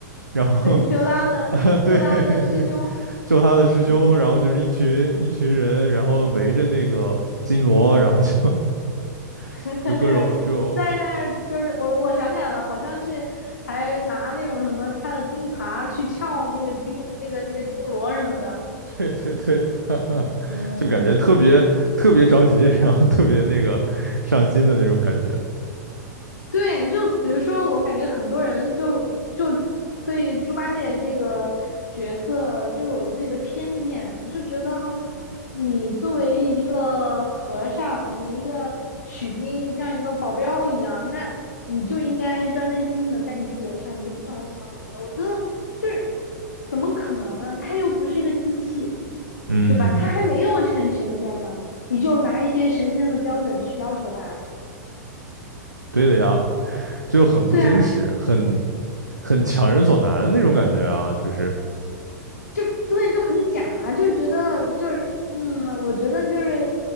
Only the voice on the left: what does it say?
对，
就他的就他的师兄，
嗯，
<laughs>
在那儿在那儿，就是我我想起来了，好像是还拿那种什么他的钉耙去撬那个钉那个那个金锣什么的，
嗯。
对，就比如说，我感觉很多人就就对猪八戒这个角色就有自己的偏见，就觉得你作为一个和尚，你一个取经像一个保镖一样，那你就应该专专心心的干你自己的事儿，你就不能想别的。我觉得就是怎么可能呢？他又不是一个机器，
对吧？他还没有成神仙呢，你就拿一些神仙的标准去要求他。
对啊，
就对，就很假啊，就是觉得就是嗯，我觉得就是，